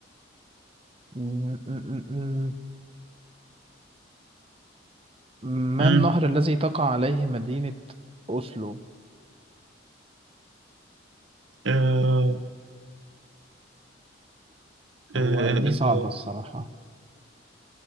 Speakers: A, on the right; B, on the right.
A: م- م- م- ما
B: مم.
A: النهر الذي تقع عليه مدينة أوسلو؟
B: آه،
A: هو
B: آه،
A: دي
B: ال-
A: صعبة الصراحة